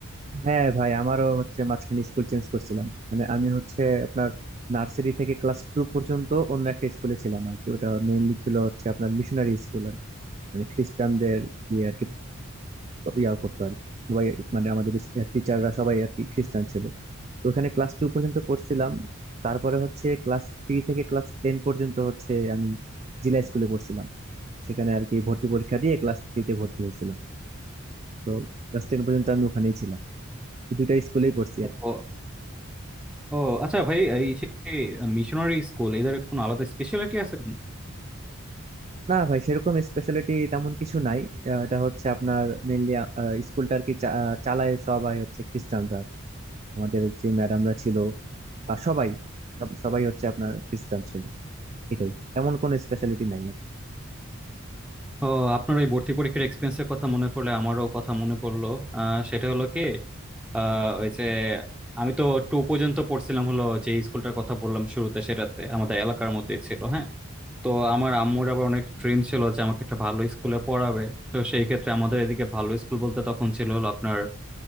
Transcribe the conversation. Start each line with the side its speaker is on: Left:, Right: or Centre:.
Right: হ্যাঁ ভাই আমারও হচ্ছে মাঝখানে স্কুল চেঞ্জ করছিলাম মানে আমি হচ্ছে আপনার নার্সারি থেকে ক্লাস টু পর্যন্ত অন্য একটা স্কুলে ছিলাম আর কি ওটা মেইনলি ছিল হচ্ছে আপনার মিশনারি স্কুল আর কি। মানে খ্রিস্টানদের ইয়ে আর কি ইয়া করতো আর কি। সবাই মানে আমাদের টিচাররা সবাই আর কি খ্রিস্টান ছিল তো ওখানে ক্লাস টু পর্যন্ত পড়ছিলাম তারপরে হচ্ছে ক্লাস থ্রি থেকে ক্লাস টেন পর্যন্ত হচ্ছে আমি জিলা স্কুলে পড়ছিলাম সেখানে আর কি ভর্তি পরীক্ষা দিয়ে ক্লাস থ্রিতে ভর্তি হয়েছিলাম তো ক্লাস টেন পর্যন্ত আমি ওখানেই ছিলাম এই দুটা স্কুলেই পড়ছি
Centre: ও
Right: আর কি।
Centre: ও আচ্ছা ভাই এই যে মিশনারি স্কুল এদের কোনো আলাদা স্পেশালিটি আছে
Right: না ভাই সেরকম স্পেশালিটি তেমন কিছু নাই আহ, এটা হচ্ছে আপনার মেনলি স্কুলটা আর কি চা- আহ, চালায় সবাই হচ্ছে খ্রিস্টানরা আমাদের যে ম্যাডামরা ছিল বা সবাই সব- সবাই হচ্ছে আপনার খ্রিস্টান ছিল এটাই এমন কোন স্পেশালিটি নাই আর কি।
Centre: ও আপনার ওই ভর্তি পরীক্ষার এক্সপিরিয়েন্সের কথা মনে পড়লে আমারও কথা মনে পড়লো আহ, সেটা হলো কি আহ, ওই যে আমি তো টু পর্যন্ত পড়ছিলাম হলো যে স্কুলটার কথা বললাম শুরুতে সেটাতে আমাদের এলাকার মধ্যেই ছিল হ্যাঁ তো আমার আম্মুর আবার অনেক ড্রিম ছিল যে আমাকে একটা ভালো স্কুলে পড়াবে তো সেই ক্ষেত্রে আমাদের এদিকে ভালো স্কুল বলতে তখন ছিল হলো আপনার